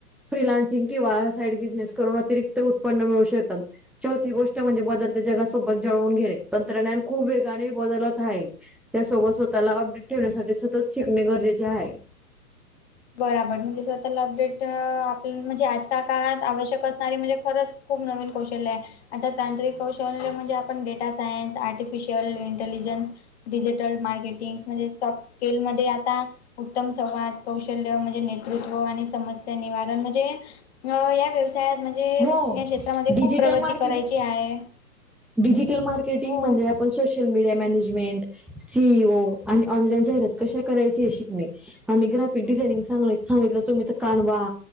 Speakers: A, in the centre; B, on the left (about 40°).
A: फ्रीिलान्सिंग किंवा साईड बिझनेस करून अतिरिक्त उत्पन्न मिळू शकतात चौथी गोष्ट म्हणजे बदलत जगासोबत जळवून घे तंत्रज्ञान खूप वेगाने बदलत आहे त्यासोबत स्वतःला अपडेट ठेवण्यासाठी सतत शिकणे गरजेचे आहे
B: बर म्हणजे स्वतःला अपडेट आपल्या म्हणजे आजच्या काळात आवश्यक अस नारी म्हणजे खरंच खूप नवीन कौशल्य आहे आता तांत्रिक कौशल्य म्हणजे आपण data science artificial intelligence digital marketing म्हणजे सॉफ्ट स्कीलमध्ये आता उत्तम संवाद कौशल्य म्हणजे नेतृत्व आणि समस्या निवारण म्हणजे व म्हणजे
A: हो
B: या क्षेत्रामध्ये
A: डिजिटल
B: खूप प्रगती
A: मार्केटिंग
B: करायची आहे
A: डिजिटल मार्केटिंग
B: हो.
A: म्हणजे आपण सोशल मीडिया मॅनेजमेंट सीईओ आणि ऑनलाईन जाहिरात कशा करायची शिकणे आणि ग्राफिक डिझाइनिंग सांग सांगितलं तुम्ही तर कानवा